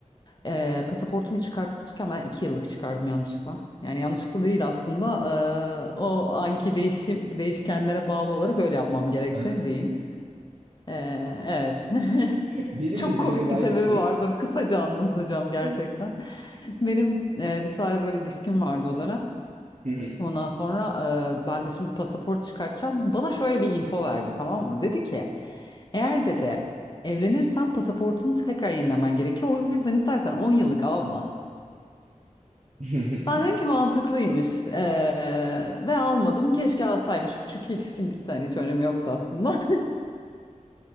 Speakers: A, on the left; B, on the right.
A: Ee, pasaportumu çıkartırken ben iki yıllık çıkardım yanlışlıkla. Yani yanlışlıkla değil aslında. ee, o anki değişim değişkenlere bağlı olarak öyle yapmam gerekti
B: <laughs>
A: diyeyim. Ee, evet. <laughs>
B: Benim
A: Çok
B: de birebir
A: komik
B: aynısı.
A: bir sebebi vardır. Kısaca anlatacağım gerçekten.
B: Hı
A: Benim e, bir tane böyle ilişkim vardı o dönem.
B: hı.
A: Ondan sonra e, ben de şimdi pasaport çıkartacağım. Bana şöyle bir info verdi tamam mı? Dedi ki eğer dedi evlenirsen pasaportunu tekrar yenilemen gerekiyor. O yüzden istersen 10 yıllık alma.
B: <laughs>
A: Ben dedim ki mantıklıymış Ee, ve almadım. Keşke alsaymışım çünkü ilişkim bitti hani hiç önemi yoktu aslında.